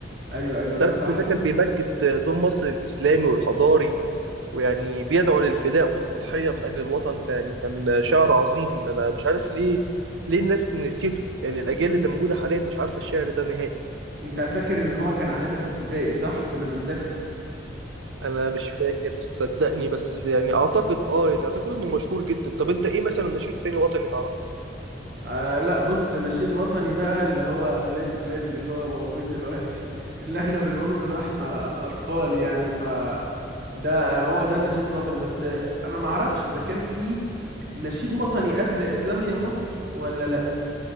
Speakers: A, on the right; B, on the right.
A: ايوه ايوه ده
B: تعرف
A: صح
B: إن ده كان بيمجد دور مصر الإسلامي والحضاري ويعني بيدعو للفداء والتضحية من أجل الوطن فيعني كان شعر عظيم أنا مش عارف ليه ليه الناس نسيته يعني الأجيال اللي موجودة حاليا مش عارفة الشعر ده نهائي
A: انت فاكر ان هو كان علينا في ابتدائي صح كنا بنذاكره
B: أنا مش فاكر صدقني بس يعني أعتقد آه يعني أعتقد إنه مشهور جدا طب أنت إيه مثلا نشيد تاني وطني تعرفه؟
A: آه لا بص نشيد وطني بقى اللي هو بلادي بلادي اللي هو موجود دلوقتي <laughs> اللي احنا بنقوله من واحنا اطفال يعني ف ده هو ده النشيد الوطني بس انا ما اعرفش اذا كان في نشيد وطني قبل اسلامية مصر ولا لا